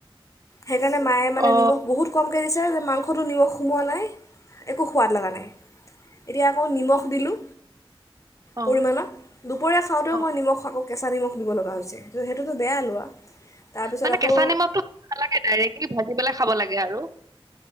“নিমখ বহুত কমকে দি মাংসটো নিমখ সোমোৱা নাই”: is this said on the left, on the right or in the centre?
Left